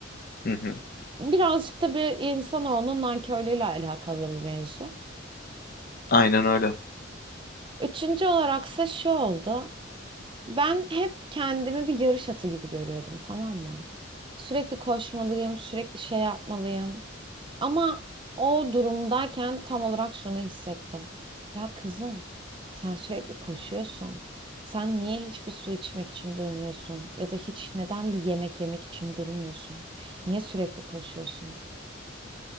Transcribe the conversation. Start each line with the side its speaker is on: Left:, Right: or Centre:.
Left: Hı hı.
Right: Birazcık da bir insanoğlunun nankörlüğüyle alakalı bir mevzu.
Left: Aynen öyle.
Right: Üçüncü olaraksa şu oldu. Ben hep kendimi bir yarış atı gibi görüyordum, tamam mı? Sürekli koşmalıyım, sürekli şey yapmalıyım. Ama o durumdayken tam olarak şunu hissettim. Ya kızım, sen sürekli koşuyorsun. Sen niye hiçbir su içmek için durmuyorsun? Ya da hiç neden bir yemek yemek için durmuyorsun? Niye sürekli koşuyorsun?